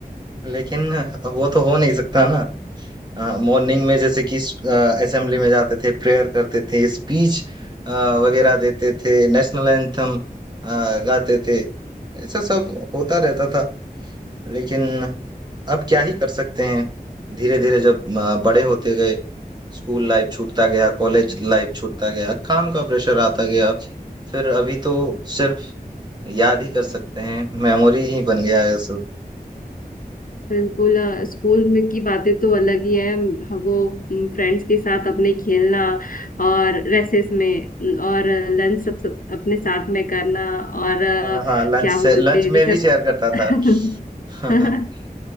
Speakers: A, on the right (about 25°); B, on the left (about 60°).
A: लेकिन वो तो हो नहीं सकता ना मॉर्निंग में जैसे कि असेंबली में जाते थे प्रेयर करते थे स्पीच वगैरह देते थे नेशनल एंथम गाते थे ऐसा सब होता रहता था लेकिन अब क्या ही कर सकते हैं धीरे धीरे जब अ, बड़े होते गए स्कूल लाइफ छूटता गया कॉलेज लाइफ छूटता गया काम का प्रेशर आता गया फिर अभी तो सिर्फ याद ही कर सकते हैं मेमोरी ही बन गया है सब
B: बिल्कुल अ, स्कूल में की बातें तो अलग ही है हम- वो फ्रेंड्स के साथ अपने खेलना और रेसेस में अम, और लंच सब, सब अपने साथ में करना और अ,
A: हाँ हाँ लंच
B: क्या
A: से
B: बोलते
A: लंच
B: हैं जैसे
A: में भी शेयर करता
B: <laughs>
A: था <laughs>